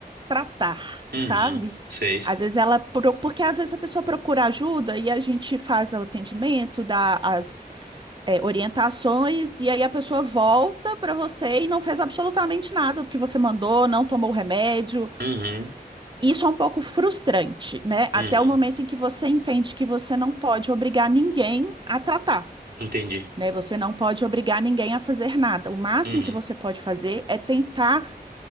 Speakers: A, on the right (about 30°); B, on the right (about 75°).
A: tratar,
B: uhum,
A: sabe?
B: sei, sei.
A: Às vezes ela, pro- porque às vezes a pessoa procura ajuda e a gente faz o atendimento, dá as, é, orientações, e aí a pessoa volta para você e não fez absolutamente nada do que você mandou, não tomou o remédio.
B: Uhum,
A: Isso é um pouco frustrante, né? Até
B: uhum,
A: o momento em que você entende que você não pode obrigar ninguém a tratar
B: entendi.
A: né? Você não pode obrigar ninguém a fazer nada. O máximo
B: Uhum,
A: que você pode fazer é tentar